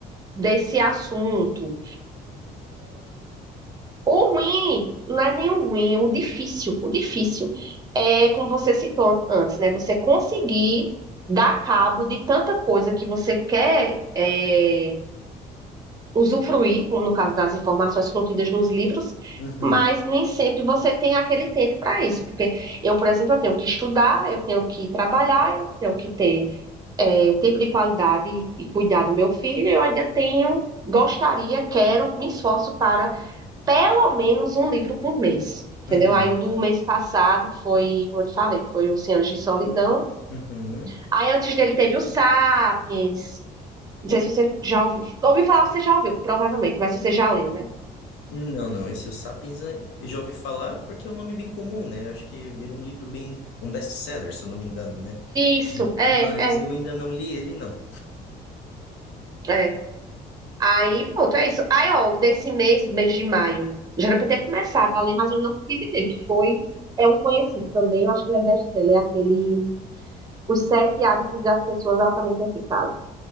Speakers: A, on the right; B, on the left.
A: desse assunto. O ruim, não é nem o ruim, é o difícil. O difícil é, como você citou antes, né? Você conseguir dar cabo de tanta coisa que você quer, é, usufruir, como no caso das informações contidas nos livros,
B: uhum,
A: mas nem sempre você tem aquele tempo para isso, porque eu, por exemplo, eu tenho que estudar, eu tenho que trabalhar, eu tenho que ter eh, tempo de qualidade e cuidar do meu filho, eu ainda tenho, gostaria, quero, me esforço para pelo menos um livro por mês. Entendeu?
B: uhum,
A: Aí o do mês passado foi, como eu te falei, foi o 100 anos de solidão.
B: uhum.
A: Aí antes dele teve o Sapiens. Não sei se você já ouviu. Ouvi falar, você já ouviu, provavelmente, mas se você já leu, né?
B: Não, não, esse O Sapiens é- eu já ouvi falar porque é um nome bem comum, né? Acho que virou um livro bem, um best-seller, se eu não me engano, né? <laughs>
A: Isso,
B: M-
A: é,
B: Mas
A: é,
B: eu ainda não li ele, não.
A: é. Aí, pronto, é isso. Aí, ó, desse mês, mês de maio, já era pra eu ter começado ali, mas eu não tive tempo, que foi, é um conhecido também, eu acho que ele é best-seller, é aquele, Os Sete Hábitos das Pessoas Altamente Eficazes.